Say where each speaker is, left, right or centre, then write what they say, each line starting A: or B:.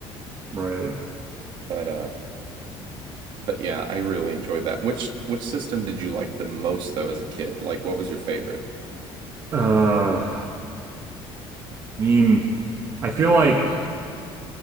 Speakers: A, on the right; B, on the right.
A: <laughs> Right.
B: But uh but yeah, I really enjoyed that. Which which system did you like the most though as a kid? Like what was your favorite?
A: Uh, I mean, I feel like